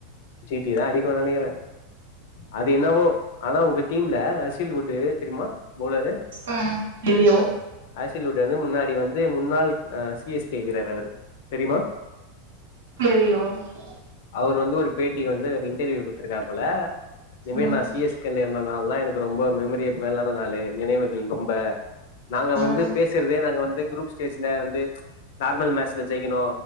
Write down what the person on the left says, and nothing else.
ஜி டி தா அடிக்கு நெனைக்கிற அது என்னவோ ஆனா உங்க டீம்ல ரசில் உட்டு தெரியுமா பவுலரு
ஆசில் உட் வந்து முன்னாடி வந்து முன்னாள் அ சி எஸ் கே வீரர் அவரு தெரியுமா
அவரு வந்து ஒரு பேட்டி வந்து ரிவ் து ரிவ்யு குடுத்துருக்கா போல இதுமேரி
நா சி எஸ் கே ல இருந்த நாள்லா எனக்கு ரொம்ப மெமரியபிலான நாளு நினைவுகள் ரொம்ப க
வந்து
பேசுறதே நாங்க வந்து குரூப் ஸ்டேஜ்ல வந்து நார்மல் மேட்ச்ல ஜெயிக்கணு